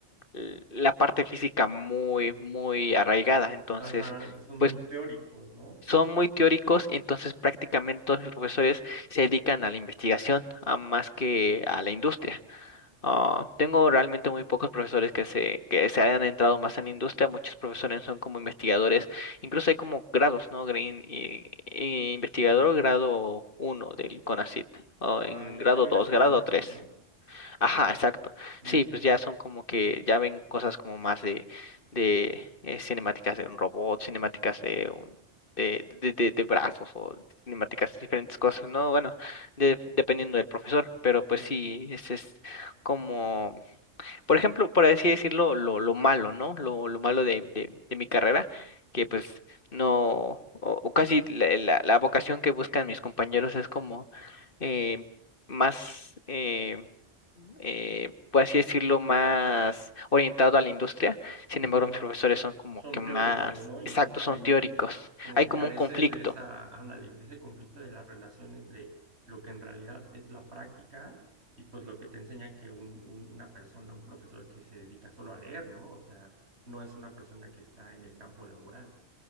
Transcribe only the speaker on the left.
l- la parte física muy, muy arraigada, entonces
pues,
son muy teóricos, entonces prácticamente todos los profesores se dedican a la investigación, a más que a la industria. Ah, tengo realmente muy pocos profesores que se, que se hayan entrado más en la industria, muchos profesores son como investigadores, incluso hay como grados, ¿no? Green, y- y investigador grado uno del CONACYT, o
en
grado
2
grado
tres
Ajá, exacto.
Sí,
pues ya son como que ya ven cosas como más de, de eh, cinemáticas de un robot, cinemáticas de un de, de, de, de brazos o cinemáticas de diferentes cosas, ¿no? Bueno, de- dependiendo del profesor, pero pues
sí, ese es como por ejemplo, por así decirlo, lo, lo malo, ¿no? Lo, lo malo de, de, de mi carrera, que pues no, o, o casi la, la- la vocación que buscan mis compañeros es como eh, más, eh, eh, por así decirlo, más orientado a la industria. Sin
embargo, mis profesores son como
que más
exactos,
son
teóricos.
Hay
como
un conflicto.